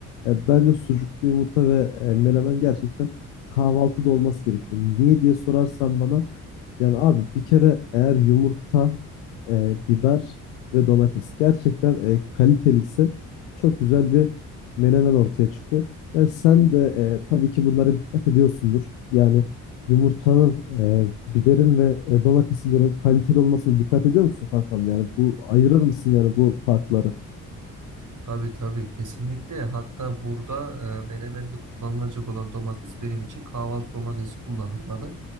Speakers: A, on the left; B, on the right.
A: e, bence sucuklu yumurta ve e, menemen gerçekten kahvaltıda olması gerekiyor. Niye diye sorarsan bana yani abi bir kere eğer yumurta, e, biber ve domates gerçekten e, kaliteliyse çok güzel bir menemen ortaya çıkıyor. Yani sen de e, tabii ki bunlara dikkat ediyorsundur. Yani yumurtanın, e, biberin ve e, domatesin böyle kaliteli olmasına dikkat ediyor musun kankam? Yani bu ayırır mısın yani bu farkları?
B: Tabii tabii kesinlikle. Hatta burada e, menemende kullanılacak olan domates benim için kahvaltı domatesi kullanılmalı.